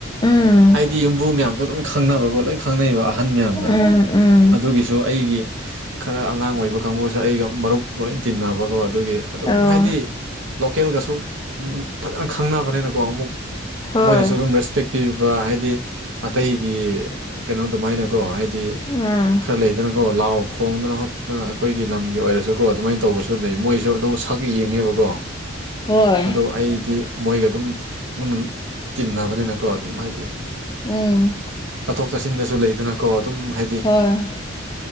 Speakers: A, on the left; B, on the right.
A: ꯎꯝ
B: ꯑꯩꯗꯤ ꯌꯨꯝꯕꯨ ꯃꯌꯥꯝꯁꯨ ꯂꯣꯏ ꯈꯪꯅꯕꯀꯣ ꯂꯣꯏ ꯈꯪꯅꯩꯕ ꯑꯍꯟ ꯃꯌꯥꯝꯗꯣ
A: ꯎꯝ ꯎꯝ
B: ꯑꯗꯨꯒꯤꯁꯨ ꯑꯩꯒꯤ ꯈꯔ ꯑꯉꯥꯡ ꯑꯣꯏꯕ ꯀꯥꯡꯕꯨꯁꯨ ꯑꯩꯒ ꯃꯔꯨꯞ ꯂꯣꯏ ꯇꯤꯟꯅꯕꯀꯣ ꯑꯗꯨꯒꯤ ꯑꯗꯨꯝ
A: ꯑꯧ
B: ꯍꯥꯏꯗꯤ ꯂꯣꯀꯦꯜꯒꯁꯨ ꯐꯖꯅ ꯈꯪꯅꯕꯅꯤꯅꯀꯣ ꯑꯃꯨꯛ
A: ꯍꯣꯏ
B: ꯃꯣꯏꯅꯁꯨ ꯑꯗꯨꯝ ꯔꯦꯁꯄꯦꯛ ꯄꯤ ꯍꯥꯏꯗꯤ ꯑꯇꯩꯒꯤ ꯀꯩꯅꯣ ꯑꯗꯨꯃꯥꯏꯅ ꯀꯣ ꯍꯥꯏꯗꯤ
A: ꯎꯝ
B: ꯈꯔ ꯂꯩ ꯂꯩꯗꯅꯀꯣ ꯂꯥꯎ ꯈꯣꯡꯗꯅ ꯍꯣꯠꯇꯅ ꯑꯩꯈꯣꯏꯒꯤ ꯂꯝꯒꯤ ꯑꯣꯏꯔꯁꯨ ꯀꯣ ꯑꯗꯨꯃꯥꯏꯅ ꯇꯧꯕꯁꯨ ꯂꯩ ꯃꯣꯏꯁꯨ ꯑꯗꯨꯝ ꯁꯛ ꯌꯦꯡꯉꯦꯕꯀꯣ
A: ꯍꯣꯏ
B: ꯑꯗꯣ ꯑꯩꯗꯤ ꯃꯣꯏꯒ ꯑꯗꯨꯝ ꯑꯗꯨꯝ ꯇꯤꯟꯅꯕꯅꯤꯅꯀꯣ ꯑꯗꯨꯝ ꯍꯥꯏꯗꯤ
A: ꯎꯝ
B: ꯆꯠꯊꯣꯛ ꯆꯠꯁꯤꯟꯗꯁꯨ ꯂꯩꯗꯅꯀꯣ ꯑꯗꯨꯝ ꯍꯥꯏꯗꯤ
A: ꯍꯣꯏ